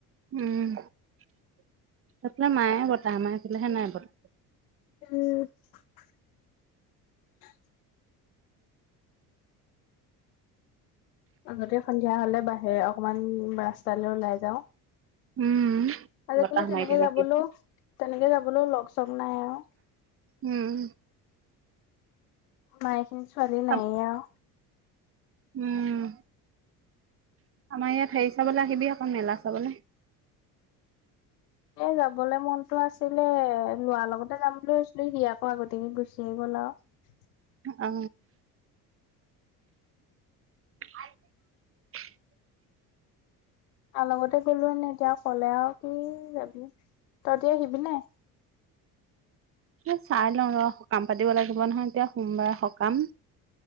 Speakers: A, on the right; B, on the left.
A: উম সেফালে মাৰে বতাহ আমাৰ ফালে হে নাই বত
B: <inaudible> আগতে সন্ধিয়া হলে বাহিৰে অকমান ৰাস্তালৈ ওলাই যাওঁ
A: উম
B: আজিকালি
A: বতাহ মাৰি
B: তেনেকে
A: থাকে
B: যাবলৈও
A: কি
B: তেনেকে যাবলৈও লগ চগ নাই আৰু
A: উম
B: মায়খিনি ছোৱালী নাইয়ে
A: আম-
B: আৰু
A: উম আমাৰ ইয়াত হেৰি চাবলৈ আহিবি অকণ মেলা চাবলে
B: এ যাবলে মনতো আছিলে লোৰাৰ লগতে যাম লৈছিলো সি আকৌ আগতিয়া গুচি গ'ল আৰু
A: অ <inaudible>
B: আৰু লগতে গলো এনে এতিয়া ক'লে আৰু কি যাবি তহতি আহিবি নে <inaudible>
A: এ চাই লওঁ ৰ কাম পাতিব লাগিব নহয় এতিয়া সোমবাৰে সকাম